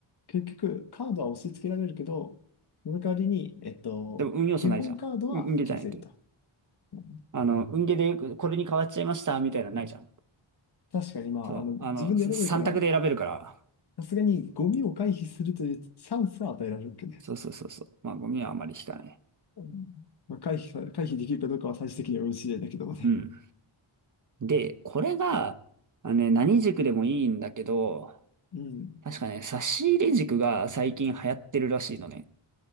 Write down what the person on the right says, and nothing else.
でも運要素ないじゃん。
う運ゲーじゃないって。
あの、運ゲーでこれに変わっちゃいましたみたいなのないじゃん。
そう。
あの、
3択で選べるから。
そうそうそうそう。まあ、ゴミはあんまり引かない。
うん。で、これが、あのね、何軸でもいいんだけど、
確かね、差し入れ軸が最近流行ってるらしいのね。